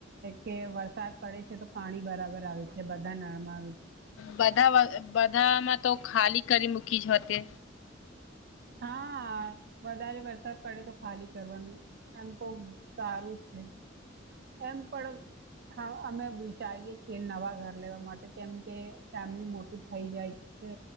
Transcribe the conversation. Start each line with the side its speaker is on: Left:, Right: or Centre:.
Right: છે વરસાદ પડે છે તો પાણી બરાબર આવે છે કે બધા નળમાં
Left: બધા બધામાં તો તે ખાલી કરી મૂકી છે.
Right: હા વધારે વરસાદ પડે તો ખાલી કરવાનું એમ તો સારું છે એમ પણ હા અમે વિચારીએ છીએ. નવા ઘર લેવા માટે કેમ કે ફેમિલી મોટું થઈ જાય છે.